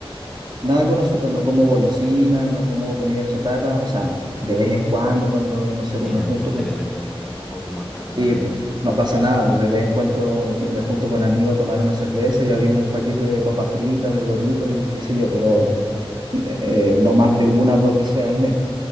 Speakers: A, on the right; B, in the centre.
A: nada con azúcar, no como golosina, no como comida chatarra, o sea, de vez en cuando, cuando, no sé,
B: Sí,
A: pues me
B: de
A: junto con...
B: vez en cuando tampoco mata nada.
A: Sí, pues, no pasa nada, pues de vez en cuando me junto con amigos a tomar una cerveza y abrimos un paquete de papas fritas, de Doritos y qué sé yo, pero eh, eh, no más de una o dos veces al mes.